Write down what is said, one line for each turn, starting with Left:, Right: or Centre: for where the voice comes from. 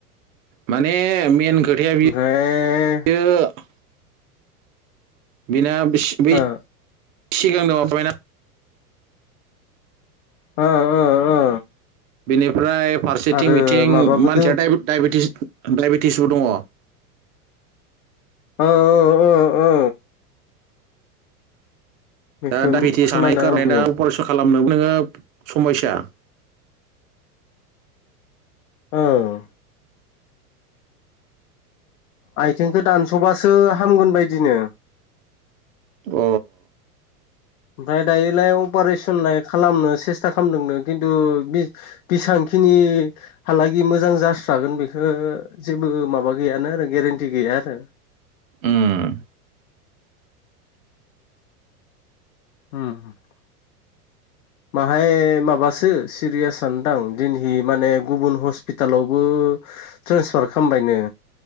Right: माने मेन खोथाया बियो
Left: ओमफ्राय
Right: <unintelligible> बेना बै <unintelligible>
Left: ओ <unintelligible> ओ
Right: बेनिफ्राय फारसेथिं
Left: आरो
Right: बिथिं
Left: माबाबो
Right: मानसिया
Left: दों
Right: दाइबेटिसबो दङ
Left: ओ ओ ओ ओ बेखौ
Right: दा दडायबेटिस
Left: खोनादों
Right: जानायनि खारन
Left: आंबो
Right: दा अपारेसन खालामनो नोङो समयसा
Left: औ आथिंखौ दानस'बासो हामगोन बायदिनो
Right: अ
Left: ओमफ्राय दायोलाय अपारेशनलाय खालामनो सेस्था खालामदोंनो खिन्थु बिसांखिनि हालागि मोजां जास्रागोन बेखौ जेबो माबा गैयानो आरो गेरेन्टि गैया आरो
Right: ओम
Left: <inaudible> माहाय माबासो सिरियासआनो दां दिनहै माने गुबुन हस्पिटालावबो ट्रेन्सफार खामबायनो